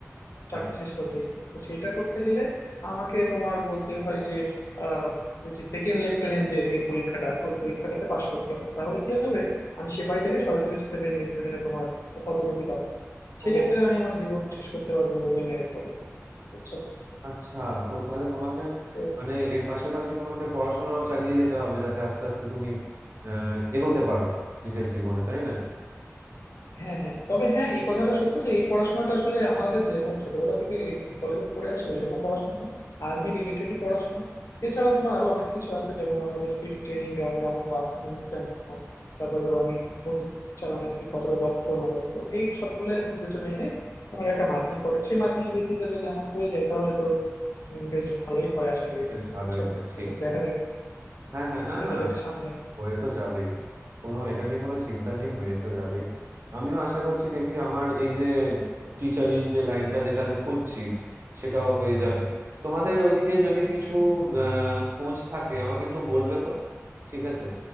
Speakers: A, on the left (about 70°); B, on the right (about 55°).
A: চাকরি
B: আচ্ছা
A: শেষ পর্যায়ে গিয়ে তো সেটা করতে গেলে আমাকে তোমার বলতে হয় যে আহ ওই যে সেকেন্ড লেফটেন্যান্ট যে পরীক্ষাটা আছে ওই পরীক্ষাটাতে পাশ করতে হবে তাহলে কি হবে আমি সেপাহী থেকে সরাসরি সেকেন্ড লেফটেন্যান্টে তোমার পদোন্নতি পাবো
B: ও
A: সেক্ষেত্রে আমি আমার জীবন শেষ করতে পারবো জেনারেল কলেজ দিয়ে বুঝছো
B: আচ্ছা তো তাহলে তোমাকে
A: তো
B: মানে এর পাশাপাশি তোমাকে পড়াশোনাও চালিয়ে যেতে হবে যাতে আস্তে আস্তে তুমি আহ, এগোতে পারো নিজের জীবনে তাই না
A: হ্যাঁ হ্যাঁ তবে হ্যাঁ এই কথাটা সত্য যে এই পড়াশোনাটা আসলে আমাদের যেরকম ছোটবেলা থেকে কলেজে পড়ে আসে ওই রকম পড়াশোনা না আর্মি রিলেটেডই পড়াশোনা এছাড়াও তোমার আরো অনেক কিছু আছে যেমন আমাদের ফিল্ড ট্রেনিং গ্রাউন্ডে আমার পারফরমেন্স কেমন তারপরে ধর আমি বন্দুক চালানোয় কি কতটা দক্ষ না দক্ষ এই সবগুলো আর কি বিবেচনায় এনে ওনারা একটা মার্কিং করেন সেই মার্কিং এর ভিত্তিতে যদি আমার হয়ে যায় তাহলে তো উম, বেশ ভালোই হয় আশা করি
B: বেশ
A: বন্ধু
B: ভালোই
A: বুঝছো
B: হয় ঠিক
A: এখন
B: ঠিক
A: দেখা যাক
B: হ্যাঁ হ্যাঁ না
A: দেখা
B: না
A: যাক সামনে
B: হয়ে তো যাবেই কোনো এটা নিয়ে কোনো চিন্তা নেই হয়ে তো যাবেই আমিও আশা করছি দেখি আমার এই যে টিচারির যে লাইনটা যেটা আমি খুঁজছি সেটাও হয়ে যাবে তোমাদের ওইদিকে যদি কিছু আহ খোঁজ থাকে আমাকে একটু বলবে তো। ঠিক আছে